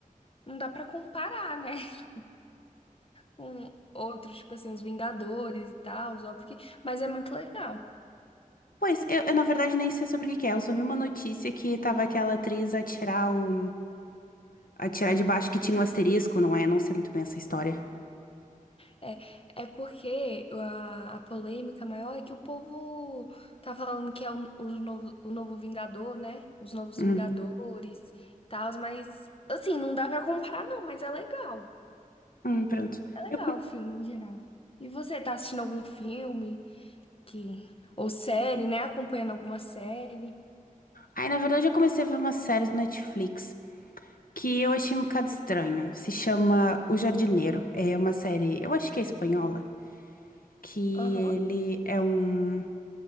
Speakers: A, on the left; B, on the left.
A: Não dá pra comparar, né? <laughs> Com outros, tipo assim, os Vingadores e tal, óbvio que... Mas é muito legal.
B: Pois, eu, eu, na verdade nem sei sobre o que que é. Eu só vi uma notícia que tava aquela atriz a tirar o. a tirar de baixo que tinha um asterisco, não é? Não sei muito bem essa história.
A: É, é porque a, a polêmica maior é que o povo tá falando que é o, o novo, o novo Vingador, né? Os novos
B: Hum,
A: Vingadores e tal, mas assim, não dá pra comparar não, mas é legal.
B: hum, pronto.
A: É legal
B: Eu, pro-
A: o filme em geral. E você tá assistindo algum filme que ou série, né? Acompanhando alguma série?
B: Aí, na verdade, eu comecei a ver uma série do Netflix que eu achei um bocado estranho. Se chama O Jardineiro. É uma série, eu acho que é espanhola. que
A: Aham.
B: ele é um